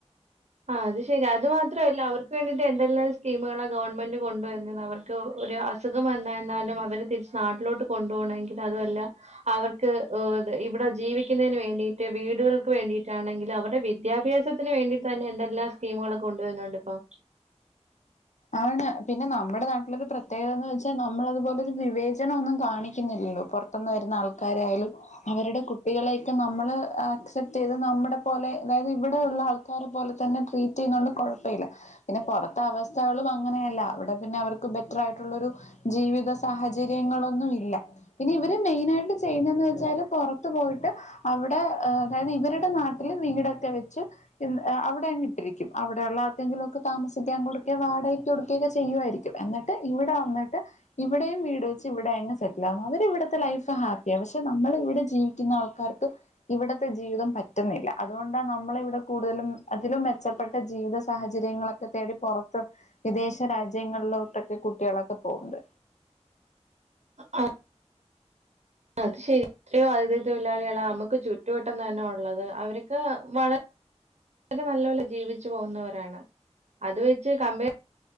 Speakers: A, on the right; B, on the left.
A: ആഹ് അത് ശരി അത് മാത്രല്ല അവർക്ക് വേണ്ടീട്ട് എന്തെല്ലാം സ്കീമകളാ ഗവൺമെന്റ് കൊണ്ടുവരുന്നത് അവർക്ക് ഒരു അസുഖം വന്നരാലും അവരെ തിരിച്ച് നാട്ടിലോട്ട് കൊണ്ടുപോകണമെങ്കിൽ അതുമല്ല അവർക്ക് ഇവിടെ ജീവിക്കുന്നതിന് വേണ്ടിട്ട് വീടുകൾക്ക് വേണ്ടിട്ടാണെങ്കിലു അവര്ടെ വിദ്യാഭ്യാസത്തിന് വേണ്ടി തന്നെ എന്തെല്ലാ സ്കീമുകളൊക്കെ കൊണ്ട് വര്ന്ന്ണ്ട്പ്പൊ
B: ആണ് പിന്നെ നമ്മുടെ നാട്ടിലൊരു പ്രത്യേകതന്ന് വെച്ചാ നമ്മളതുപോലെരു വിവേചനൊന്നും കാണിക്കുന്നില്ലല്ലോ പൊർ ത്ത്ന്ന് വര്ന്ന ആൾക്കാരായാലും അവര്ടെ കുട്ടികളെയൊക്കെ നമ്മള് അക്സെപ്റ്റെയ്ത് നമ്മടെ പോലെ അതായത് ഇവിടെ ഉള്ള ആൾ ക്കാരെ പോലെ തന്നെ ട്രീറ്റെയ്യുന്നോണ്ട് കൊഴപ്പല്ല പിന്നെ പൊറത്ത് അവ സ്ഥകളും അങ്ങനെയല്ല അവിടെ പിന്നെ അവർക്ക് ബെറ്ററായിട്ടുള്ളൊരു ജീവിത സാഹചര്യങ്ങളൊന്നും ഇല്ല പിന്നെ ഇവര് മെയിന ആയിട്ട് ചെയ്യുന്നതെന്ന് വെച്ചാൽ പുറത്ത് പോയിട്ട് അവിടെ അതായത് ഇവരുടെ നാട്ടില് വീടൊക്കെ വെച്ച് അവിടെ അങ്ങ് ഇട്ടിരിക്കുംഅവിടെയുള്ള ആർകെങ്കിലും ഒക്കെ താമസിക്ക കോട് ഒക്കെ വാടകയ്ക്ക് കൊടുക്കുകയൊക്കെ ചെയ്യുവായി രിക്കും എന്നിട്ട് ഇവിടെ വന്നിട്ട് ഇവിടെയും വീട് വെച്ച് ഇവിടെ എങ്ങെ ഇവിടേം വീട് വെച്ച് ഇവിടെ അങ്ങ് സെറ്റിൽ ആവും അവര് ഇവിടത്തെ ലൈഫ് ഹാപ്പിയാണ് പക്ഷെ നമ്മള ഇവിടെ ജീ വിക്കുന്ന ആൾക്കാർക്ക് ഇവിടത്തെ ജീവിതം പറ്റുന്നില്ല ഇവിടുത്തെ ജീവിതം പറ്റുന്നില്ല അതുകൊണ്ടാണ് നമ്മള ഇവിടെ കൂടുതലും അതിലും മെച്ചപ്പെട്ട ജീവിത സാഹചര്യങ്ങളൊക്കെ ഒക്കെ തേടി പുറത്ത് വിദേശ രാജ്യങ്ങളിലോട്ടൊക്കെ കുട്ടികളൊക്കെ പോകണ്ട്
A: ആഹ് അത് ശരിക്കും ആതിഥി തൊഴിലാളികളാണ് നമുക്ക് ചുറ്റുവട്ടം തന്നെ ഉള്ളത് അവർക്ക് വളരെ വളരെ നല്ല പോലെ ജീവിച്ചു പോകുന്നവരാണ് അത് വെച്ച് കമ്പ